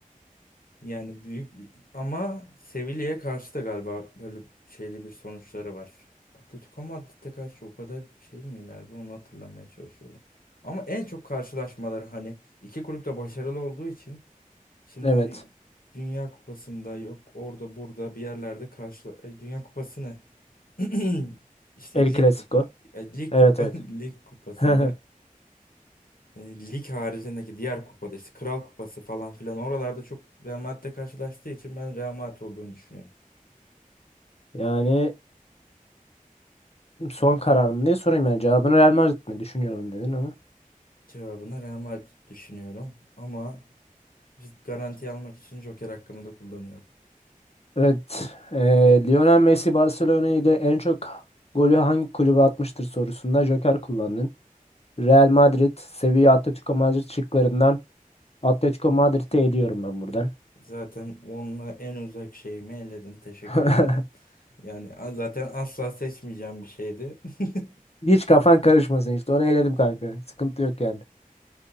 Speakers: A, on the left; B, on the left.
A: Yani büyük ama Sevilla'ya karşı da galiba böyle şeyli bir sonuçları var. Atletico Madrid'e karşı o kadar şey mi ileride onu hatırlamaya çalışıyorum. Ama en çok karşılaşmaları hani iki kulüp de başarılı olduğu için şimdi
B: Evet.
A: hani Dünya Kupası'nda yok orada burada bir yerlerde karşı Ay, Dünya Kupası ne? <clears throat> İşte
B: El Clasico.
A: Lig Kupa- e, Lig
B: Evet
A: Kupa-
B: evet.
A: <laughs> Lig Kupası'nda
B: <laughs>
A: e, lig haricindeki diğer kupada işte Kral Kupası falan filan oralarda çok Real Madrid'le karşılaştığı için ben Real Madrid olduğunu düşünüyorum.
B: Yani son kararım diye sorayım yani cevabını Real Madrid mi düşünüyorum dedin ama.
A: Cevabına Real Madrid düşünüyorum ama risk garanti almak için Joker hakkımı da kullanıyorum.
B: Evet, eee, Lionel Messi Barcelona ile en çok golü hangi kulübe atmıştır sorusunda Joker kullandın. Real Madrid, Sevilla, Atletico Madrid şıklarından Atletico Madrid'i eliyorum ben buradan.
A: Zaten onunla en uzak şeyimi eledin. Teşekkür
B: <laughs>
A: ederim. Yani a- zaten asla seçmeyeceğim bir şeydi. <laughs>
B: Hiç kafan karışmasın işte. Onu eledim kanka. Sıkıntı yok yani.